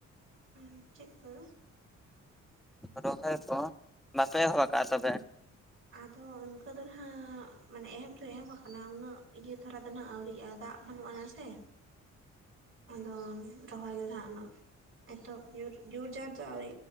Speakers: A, on the right; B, in the centre.
A: ᱩᱸ ᱪᱮᱜ ᱠᱚ?
B: ᱨᱚᱦᱚᱭ ᱠᱚ ᱵᱟᱯᱮ ᱮᱦᱚᱵ ᱠᱟᱜᱼᱟ ᱛᱚᱵᱮ,
A: ᱟᱫᱚ ᱚᱱᱠᱟᱹ ᱫᱚ ᱱᱟᱦᱟᱜ ᱢᱟᱱᱮ ᱮᱦᱚᱵ ᱫᱚ ᱮᱦᱚᱵ ᱟᱠᱟᱱᱟ ᱩᱱᱟᱹᱜ ᱤᱭᱟᱹ ᱫᱷᱟᱨᱟ ᱫᱚ ᱱᱟᱦᱟᱜ ᱟᱹᱣᱨᱤᱜᱼᱟ ᱫᱟᱜᱽ ᱵᱟᱹᱱᱩᱜᱼᱟ ᱱᱮᱥ, ᱛᱮ ᱟᱫᱚ ᱨᱚᱦᱚᱭ ᱫᱚᱲᱦᱟ ᱩᱱᱟᱹᱜ ᱮᱛᱚᱵ ᱡᱳᱨ ᱡᱳᱨ ᱡᱟᱨ ᱫᱚ ᱟᱹᱣᱨᱤ᱾